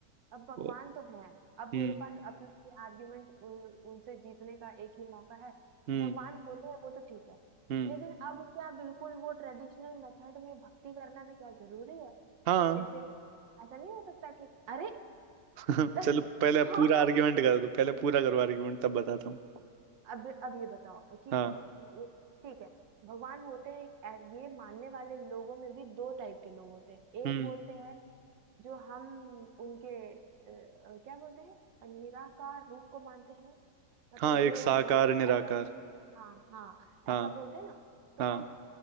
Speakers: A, on the right (about 85°); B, on the right (about 60°).
A: अब भगवान
B: वो-
A: तो है अब
B: हम्म
A: मेरे पास अपना ये आर्ग्यूमेंट उन, उनसे जीतने का एक ही मौका है
B: हम्म
A: भगवान होते हैं वो तो ठीक है
B: हम्म
A: लेकिन अब क्या बिल्कुल वो ट्रेडिशनल मेथड में भक्ति करना भी क्या जरूरी है
B: हाँ
A: जैसे ऐसा नहीं हो सकता कि अरे
B: <laughs>
A: <laughs>
B: चलो पहले आप
A: हाँ
B: पूरा आर्ग्यूमेंट कर दो पहले पूरा करो आर्ग्यूमेंट तब बताता हूँ
A: अब अब ये बताओ कि
B: हाँ
A: ठीक है भगवान होते हैं ये मानने वाले लोगों में भी दो टाइप के लोग होते हैं एक
B: हम्म
A: बोलते हैं जो हम उनके अ, अ, क्या बोलते हैं निराकार रूप को मानते हैं मतलब
B: हाँ एक
A: वो
B: साकार
A: बिल-
B: निराकार
A: ऐसा हाँ हाँ
B: हाँ
A: ऐसा बोलते हैं ना तो
B: हाँ
A: अब